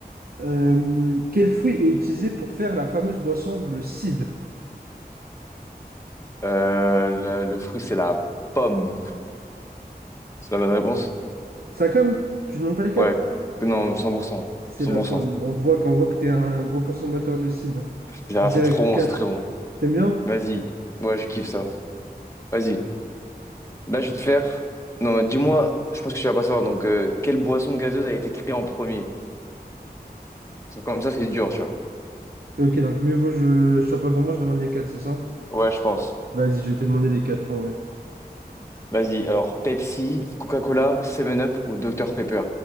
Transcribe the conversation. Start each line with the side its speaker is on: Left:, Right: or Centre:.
Right: Euh, quel fruit est utilisé pour faire la fameuse boisson, le cidre?
Left: Euh, la- le fruit, c'est la pomme. C'est la bonne réponse?
Right: Ça comme? Tu demandes pas les quatre?
Left: Ouais. Non, 100%.
Right: C'est
Left: 100%.
Right: la pomme. On voit qu'on voit que t'es un gros consommateur de cidre.
Left: C'est
Right: Direct,
Left: c'est trop bon,
Right: cash.
Left: c'est très bon.
Right: T'aimes bien?
Left: Vas-y. Ouais, je kiffe ça. Vas-y. Là, je vais te faire. Non, mais dis-moi, je pense que tu vas pas savoir. Donc, euh, quelle boisson gazeuse a été créée en premier? Ça, Comme ça, c'est dur, tu vois.
Right: Ok, donc mieux vaut je, je sois pas gourmand, je demande les quatre, c'est ça?
Left: Ouais, je pense.
Right: Vas-y, je vais te demander les quatre en vrai.
Left: Vas-y, alors Pepsi, Coca-Cola, Seven up ou Dr Pepper?